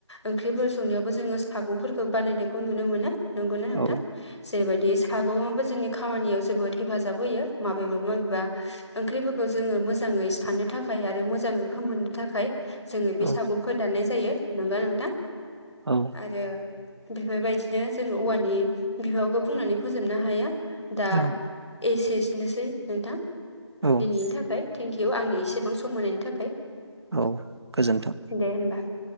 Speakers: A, on the left; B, on the right.
A: ओंख्रिफोर संनायावबो जोङो सागंफोरखौ बानायनायखौ नुनो मोनो नंगौना नोंथां
B: औ
A: जेरैबायदि सागंयाबो जोंनि खामानियाव जोबोद हेफाजाब होयो माबेबा माबेबा ओंख्रिबो खौ जोङो मोजाङै सानो थाखाय खाय आरो मोजाङै फोमोननो थाखाय जोङो बे
B: औ
A: सागंखौ दाननाय जायो नंगौ नोंथां
B: औ
A: आरो बेफोरबायदिनो जों औवानि बिफाखौ बुंनानै फोजोबनो हाया दा
B: औ
A: एस एस नोसै नोंथां
B: औ
A: दिनैनि थाखाय थेंक इउ आंनि एसेबां समायनि थाखाय
B: औ गोजोन्थों।
A: दे होनबा